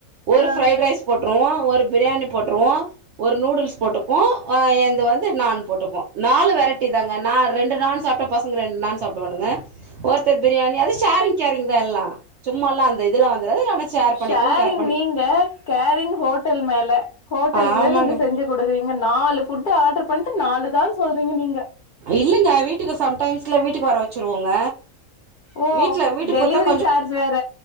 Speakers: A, on the right (about 65°); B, on the left (about 60°).
A: ஒரு
B: ஆ
A: ஃப்ரைட் ரைஸ் போட்ருவோ ஒரு பிரியாணி போட்ருவோ ஒரு நூடுல்ஸ் போட்டுப்போ அ என்து வந் இந்த நான் போட்டுப்போ நாலு வெரைட்டி தாங்கா நா ரெண்டு நான் சாப்டா பசங்க ரெண்டு நான் சாப்புடுவானுங்க ஒருத்தர் பிரியாணி அது ஷேரிங் கேரிங் தா எல்லா சும்மால்லா அந்த இதெல்லா வந்துராது ஆனா ஷேர் பண்ணிக்குவோ
B: ஷேரிங்
A: கேர் பண்ணி
B: நீங்க கேரிங் ஹோட்டல் மேல ஹோட்டலுக்கு
A: ஆமாங்க
B: தா நீங்க செஞ்சு குடுக்குறீங்க நாலு ஃபுட்டு ஆர்டர் பண்ணிட்டு நாலு தான் சொல்றீங்க நீங்க
A: இல்லங்க வீட்டுக்கு சம்டைம்ல வீட்டுக்கு வர வச்சுருவோங்க
B: ஓ
A: வீட்ல வீட்டுக்கு
B: டெலிவரி
A: குத்தா கொஞ்சோ
B: சார்ஜ் வேற